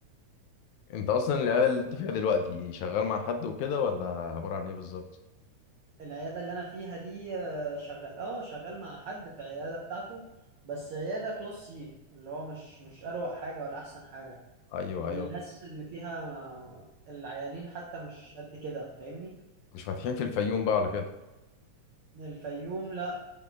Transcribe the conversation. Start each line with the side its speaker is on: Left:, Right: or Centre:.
Left: انت اصلا العياده اللي انت فيها دلوقتي شغال مع حد وكده ولا عباره عن ايه بالظبط
Right: العيادة اللي أنا فيها دي آه، شغال اه شغال مع حد في العيادة بتاعته بس عيادة كلاس سي اللي هو مش مش أروق حاجة ولا أحسن حاجة
Left: ايوه
Right: والناس
Left: ايوه
Right: اللي فيها ما العيانين حتى مش قد كده فاهمني
Left: مش فاتحين في الفيوم بقى على كده
Right: الفيوم لا